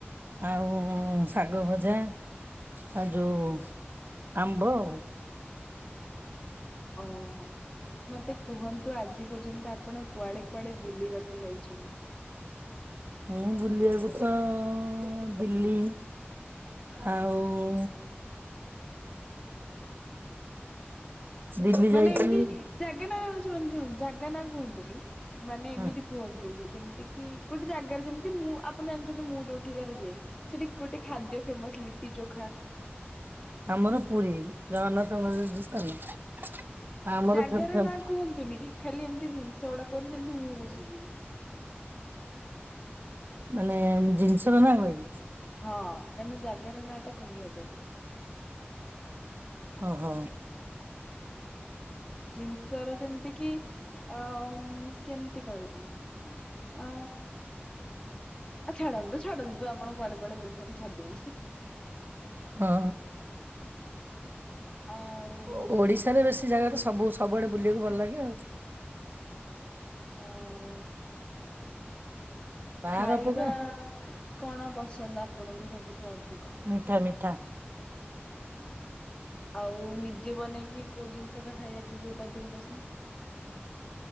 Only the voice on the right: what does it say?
ଆଉ ଶାଗ ଭଜା ଆଉ ଯୋଉ ଆମ୍ବ ଆଉ।
ମୁଁ ବୁଲିବାକୁ ତ ଦିଲ୍ଲୀ ଆଉ ଦିଲ୍ଲୀ
ଯାଇଥିଲି
ହଁ
ଆମର ପୁରୀ ଜଗନ୍ନାଥ ମନ୍ଦିର ସ୍ଥାନ ଆମର
ଫେ ଫେ
ମାନେ ଜିନିଷ ର ନା କହିବି?
ଓହୋ।
ହଁ
ଓ ଓଡିଶାରେ ବେଶୀ ଜାଗା ରେ ସବୁ ସବୁଆଡେ ବୁଲିବାକୁ ଭଲ ଲାଗେ ଆଉ।
ବାହାର
ଅପେକ୍ଷା
ମିଠା ମିଠା